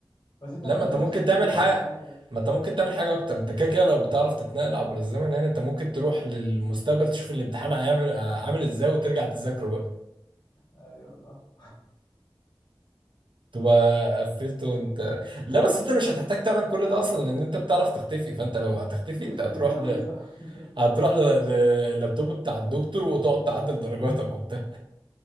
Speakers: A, on the left; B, on the right.
A: بس انت
B: لا
A: ممكن
B: ما انت ممكن
A: تختفي
B: تعمل
A: جوه
B: حاجة
A: الامتحان وخلاص
B: ما انت ممكن تعمل حاجة اكتر انت كده كده لو بتعرف تتنقل عبر الزمن يعني انت ممكن تروح للمستقبل تشوف الامتحان هيعمل عامل ازاي وترجع تذاكره بقى
A: ايوه صح
B: تبقى قفلته وانت لا بس انت مش هتحتاج تعمل كل ده اصلا لان انت بتعرف تختفي فانت لو هتختفي
A: تختفي
B: انت هتروح
A: اه
B: ل...
A: بس <laughs>
B: هتروح ل- لللابتوب بتاع الدكتور وتقعد تعدل درجاتك وبتاع